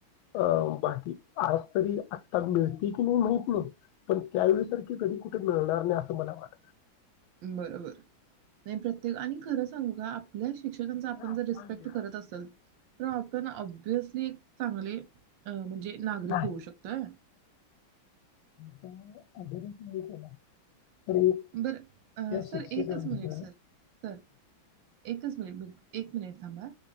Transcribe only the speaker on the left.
अ बाकी आज तरी आत्ता मिळते की नाही माहित नाही पण त्यावेळेसारख कधी कुठे मिळणार नाही असं मला वाटतं.
वाटतं.
नाही.
त्या अभ्यारीस नाही केला. तर एक
त्या
शिक्षकांचं